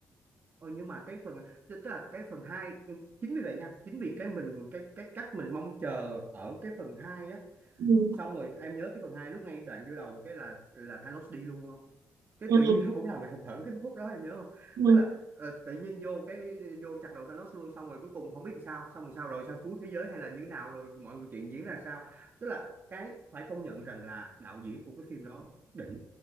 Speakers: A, on the right (about 40°); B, on the right (about 85°).
A: ừ, nhưng mà cái phần tức tức là cái phần hai chính vì vậy nha chính vì cái mình cái cái cách mình mong chờ ở cái phần hai á
B: Ừ.
A: xong rồi em nhớ cái phần hai lúc ngay đoạn vô đầu cái là là Thanos đi luôn cái
B: ừ,
A: tự nhiên nó cũng làm mình hụt hẫng cái phút đó em nhớ không
B: ừ,
A: tức là ờ, tự nhiên vô cái vô chặt đầu Thanos luôn xong rồi cuối cùng không biết làm sao xong rồi sao rồi sao cứu thế giới hay là như thế nào rồi mọi người chuyện diễn ra sao tức là cái phải công nhận rằng là đạo diễn của cái phim đó đỉnh